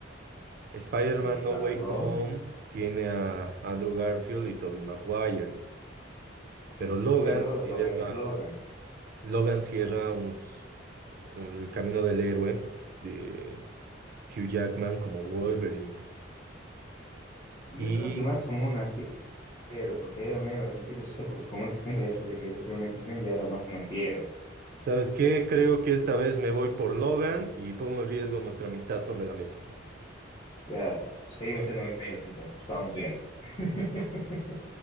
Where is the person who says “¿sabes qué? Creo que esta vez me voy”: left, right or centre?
Right